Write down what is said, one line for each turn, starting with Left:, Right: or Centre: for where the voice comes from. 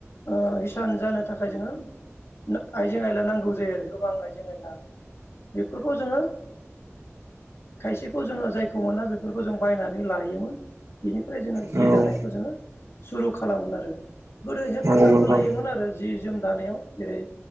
Left: ओ हिसान जानो थाखाय जोङो आइजें आयला नांगौ जायो आरो गोबां आइजें आयला बेफोरखौ जोङो खायसेखौ जोङो जायखौ मोना बेफोरखौ जों बायनानै लायोमोन। बिनिफ्राय जोङो जि
Right: नंगौ
Left: दानायखौ जोङो सुरु खालामोन आरो गोदो हेफाजाब
Right: नंगौ नोंथां
Left: होलायोमोन आरो जि जोम दानायाव जेरै